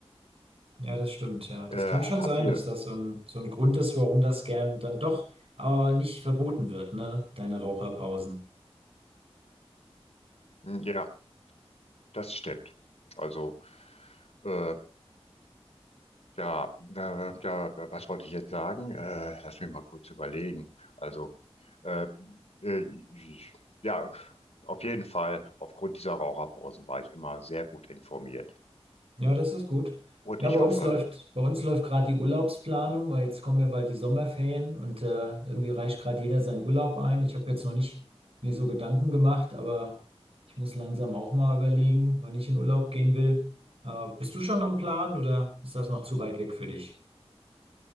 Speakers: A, on the right; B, on the left.
A: Ja, das stimmt, ja. Das
B: Äh,
A: kann schon
B: habt
A: sein,
B: ihr,
A: dass das so ein, so ein Grund ist, warum das gern dann doch aber nicht verboten wird, ne? Deine Raucherpausen.
B: ja, das stimmt. Also äh, Ja, äh, ja, was wollte ich jetzt sagen? Äh, lass mich mal kurz überlegen. Also, äh, äh, ich- ja, auf jeden Fall, aufgrund dieser Raucherpausen war ich immer sehr gut informiert.
A: Ja, das ist gut.
B: Und
A: Ja,
B: ich
A: bei uns
B: hoffe,
A: läuft, bei uns läuft gerade die Urlaubsplanung, weil jetzt kommen ja bald die Sommerferien und äh, irgendwie reicht gerade jeder seinen Urlaub ein. Ich habe jetzt noch nicht mir so Gedanken gemacht, aber ich muss langsam auch mal überlegen, wann ich in Urlaub gehen will. Äh, bist du schon am Plan oder ist das noch zu weit weg für dich?